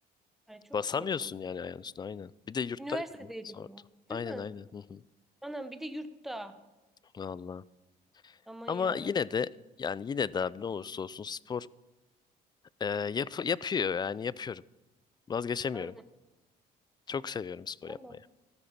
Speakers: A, in the centre; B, on the left.
A: Ay çok
B: Basamıyorsun
A: korkunç.
B: yani ayağın üstüne aynen. Bir de yurttaydım
A: Üniversitedeydi
B: mı? Sordu.
A: bu.
B: Aynen
A: Değil mi?
B: aynen. Hı hı.
A: Anam bir de yurtta.
B: Vallahi.
A: Aman
B: Ama
A: ya
B: yine
A: Rabbi.
B: de yani yine de abi ne olursa olsun spor e, yap- yapıyor yani yapıyorum. Vazgeçemiyorum.
A: Anne,
B: Çok seviyorum spor
A: anam,
B: yapmayı.